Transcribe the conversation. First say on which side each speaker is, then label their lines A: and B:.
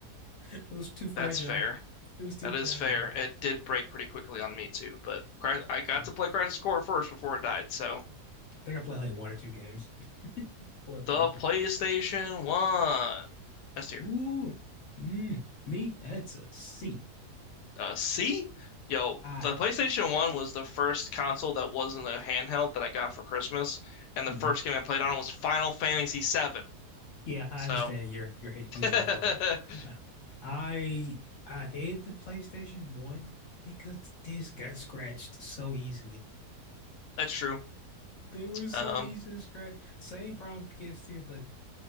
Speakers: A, on the left; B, on the left.
A: It was too fragile.
B: That's fair.
A: It was too
B: That
A: fragile.
B: is fair. It did break pretty quickly on me too, but Cry- I got
A: I
B: to play Crisis Core first before it died, so
A: think I played like one or two games <laughs> before it
B: The
A: broke.
B: PlayStation 1. S tier.
A: Ooh, mm, me, that's a C.
B: Uh, C? Yo,
A: I
B: the PlayStation 1 was the first console that wasn't a handheld that I got for Christmas, and
A: mhm.
B: the first game I played on was Final Fantasy VII.
A: Yeah, I
B: So
A: understand your your hate
B: <laughs>
A: your
B: that's
A: love for it. Uh, I I hate the PlayStation 1 because the disc got scratched so easily.
B: true.
A: They were so
B: Um,
A: easy to scratch. Same problem with PS2, but